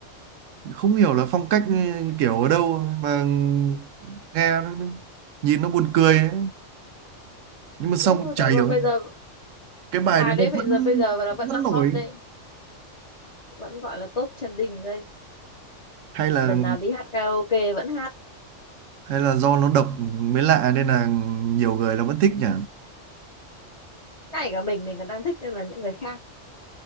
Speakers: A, on the right (about 85°); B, on the left (about 30°).
A: không hiểu là phong cách ừ, kiểu ở đâu mà nghe nó, nó- nhìn nó buồn cười ấy. nhưng mà xong
B: Nhưng mà
A: chả
B: vậy
A: hiểu
B: mà bây giờ
A: cái bài
B: bài
A: đấy
B: đấy
A: nó
B: bây
A: vẫn
B: giờ bây giờ là vẫn
A: vẫn
B: là
A: nổi
B: hot đấy, vẫn gọi là top trending đây.
A: hay là
B: Lần nào đi hát karaoke vẫn hát,
A: hay là do nó độc mới lạ nên là nhiều người nó vẫn thích nhỉ
B: ngay cả mình mình còn đang thích nên là những người khác.